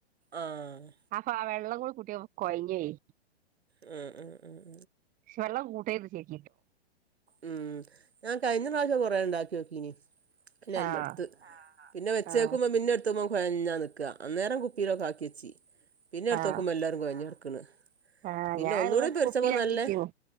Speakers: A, on the right; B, on the right.
A: ആഹ്
B: അപ്പൊ ആ വെള്ളം ഉപൂടിം കൂട്ടിയപ്പോ കൊഴഞ്ഞു പോയി
A: മ് മ് മ്
B: വെള്ളം കൂട്ടേത്ത് ശെരി
A: ഉം ഞാൻ കഴിഞ്ഞ പ്രാവശ്യം കൊറേ ഉണ്ടാക്കിയോ <unintelligible> പിന്നെയത്
B: ആഹ്
A: മടുത്ത് പിന്നെ വെച്ചേക്കുമ്പോ
B: ആഹ്
A: പിന്നെ എടുത്ത് മൊ കൊഴഞ്ഞാനിക്കുക അന്നേരം കുപ്പിയിലൊക്കെ ആക്കിവച്ചി പിന്നെ എടുത്ത്
B: ആഹ്
A: നോക്കുമ്പോ എല്ലാരും കൊഴഞ്ഞ് കെടുക്കണ്
B: ആഹ്
A: പിന്നെ
B: ഞാനുള്ള
A: ഒന്നൂടി തെലിച്ചപ്പ
B: കുപ്പിയിലാക്കി
A: നല്ലെ
B: വെച്ചിരുന്നു